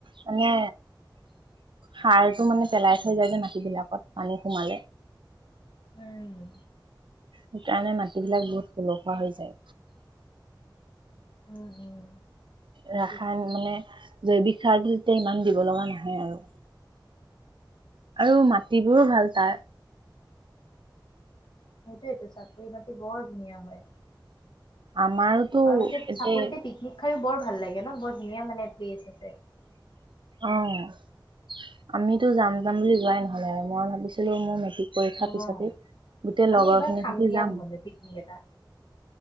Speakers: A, on the right; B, on the left.
A: মানে, সাৰটো মানে পেলাই থৈ যায় যে, মাটিবিলাকত পানী সোমালে।
B: উম,
A: সেইকাৰণে মাটিবিলাক বহুত পলসুৱা হৈ যায়।
B: উম, উম, সেইটোৱেটো।
A: ৰাসায়ন মানে জৈৱিক সাৰটো তেতিয়া ইমান দিব লগা নহয় আৰু, আৰু মাটিবোৰো ভাল তাৰ।
B: সেইটোয়েটো চাপৰি মাটি বৰ ধুনীয়া হয়।
A: আমাৰোতো
B: আৰু তাতে
A: একে
B: চাপৰিতে <unintelligible> বৰ ভাল লাগে ন? বৰ ধুনীয়া মানে প্লেচ আছে।
A: অ', আমিতো যাম, যাম বুলি যোৱাই নহ'লে মই ভাবিছিলো মোৰ মেটিক পৰীক্ষাৰ
B: অ',
A: পিছতেই গোটেই
B: আমি
A: লগৰ
B: এবাৰ
A: খিনি
B: খাম
A: সতি
B: দিয়া
A: যাম।
B: নহ'লে পিকনিক এটা।